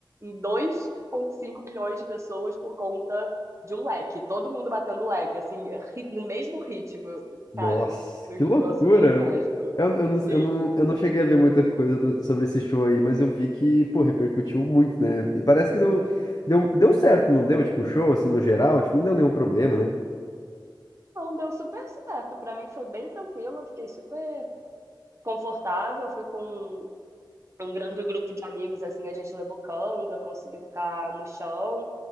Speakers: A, on the right; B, on the left.
A: 2,5 milhões de pessoas por conta de um leque. Todo mundo batendo leque, assim, no mesmo ritmo.
B: Nossa,
A: Cara, foi
B: que
A: um
B: loucura.
A: negócio muito mágico.
B: Eu, eu não,
A: Sim.
B: eu não, eu não cheguei a ver muita coisa do- sobre esse show aí, mas eu vi que, pô, repercutiu muito, né? E parece que deu, deu, deu certo, não deu? Tipo, o show, assim, no geral, tipo, não deu nenhum problema, né?
A: Então, deu super certo. Pra mim foi bem tranquilo, eu fiquei super confortável. Fui com um grande grupo de amigos, assim, a gente levou canga, conseguiu ficar no chão.